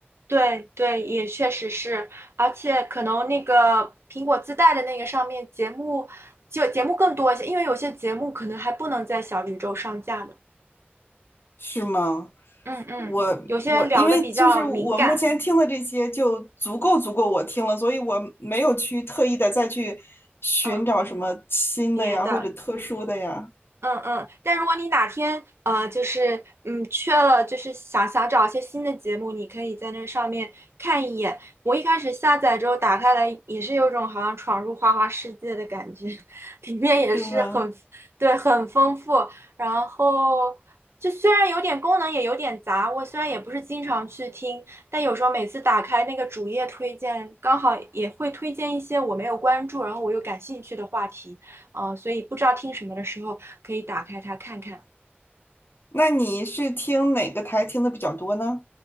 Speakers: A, on the right (about 80°); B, on the left (about 65°).
A: 对对，也确实是，而且可能那个苹果自带的那个上面节目就节目更多一些，因为有些节目可能还不能在小宇宙上架呢。
B: 是吗？
A: 嗯嗯，
B: 我我因为就是我目前听的这些就足够足够我听了，
A: 有些聊的比较敏感，
B: 所以我没有去特意的再去寻找什么新的呀，
A: 嗯，别的。
B: 或者特殊的呀，
A: 嗯嗯，但如果你哪天呃，就是嗯缺了，就是想想找一些新的节目，你可以在那上面看一眼。我一开始下载之后打开来，也是有种好像闯入花花世界的感觉，<laughs> 里面也是很，
B: 是吗？
A: 对，很丰富。然后就虽然有点功能也有点杂，我虽然也不是经常去听，但有时候每次打开那个主页推荐，刚好也会推荐一些我没有关注，然后我又感兴趣的话题。呃，所以不知道听什么的时候可以打开它看看。
B: 那你是听哪个台听的比较多呢？